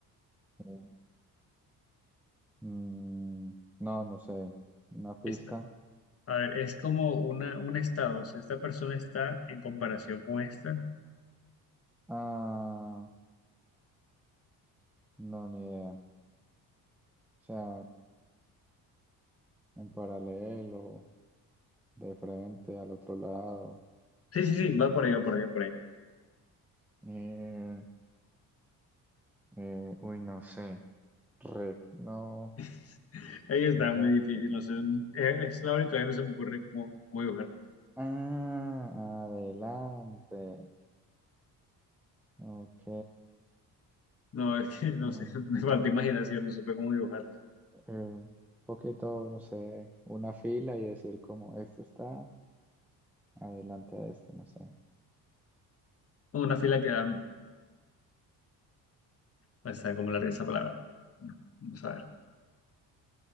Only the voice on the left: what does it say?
esta. A ver, es como una, un estado. O sea, esta persona está en comparación con esta.
Sí, sí, sí, va por ahí, va por ahí, va por ahí.
<laughs> Ahí está,
muy
difícil, no sé, eh, es la hora y todavía no se me ocurre cómo, cómo dibujarlo.
No, <laughs> es que no
sé, <laughs> me falta imaginación, no supe cómo dibujarlo.
Como una fila que da, pues, está como larga esa palabra. Bueno, vamos a ver,